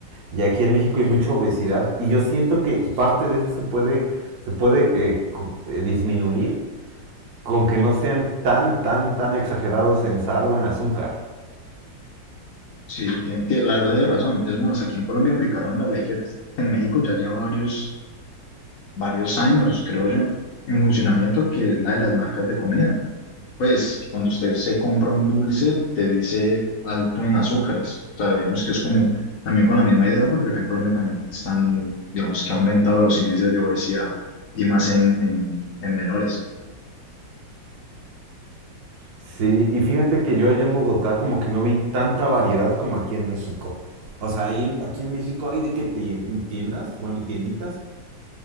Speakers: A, on the right; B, on the left.
A: Y aquí en México hay mucha obesidad y yo siento que parte de eso se puede, se puede eh, cu- eh, disminuir con que no sean tan, tan, tan exagerados en sal o en azúcar.
B: Sí, tienen- tie- la verdad tiene razón. Es más, aquí en Colombia aplicaron la ley que en México ya lleva varios, varios años, creo yo, en funcionamiento, que es la de las marcas de comida. Pues que cuando usted se compra un dulce, te dice alto en azúcares. O sea, digamos que es como también con la misma idea, porque acá en Colombia también están, digamos que ha aumentado los índices de obesidad y más en, en, en menores.
A: Sí, y fíjate que yo allá en Bogotá como que no vi tanta variedad como aquí en México. O sea, ahí en- aquí en México hay de que tie- tiendas, bueno, tienditas,